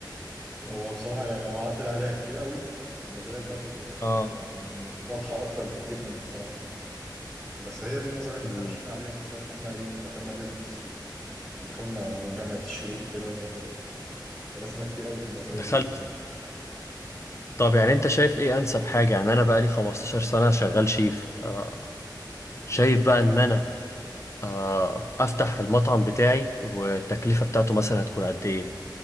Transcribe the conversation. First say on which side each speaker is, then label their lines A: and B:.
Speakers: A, in the centre; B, on the left (about 35°).
A: هو بصراحه يعني هو عدل عليها كتير قوي النظريه بتاعته كانت
B: اه
A: يعني واضحه اكتر بكتير من الصراحه بس هي دي النظرية اللي
B: مم.
A: احنا ماشيين عليها من ساعة ما احنا ايه دخلنا بيزنس ودخلنا جامعة الشروق وكده درسنا كتير قوي في النظرية
B: دخلت
A: دي جدا يعني
B: طب يعني انت شايف ايه انسب حاجة يعني انا بقالي 15 سنة شغال شيف آه. شايف بقى ان انا آه، افتح المطعم بتاعي والتكلفة بتاعته مثلا هتكون قد ايه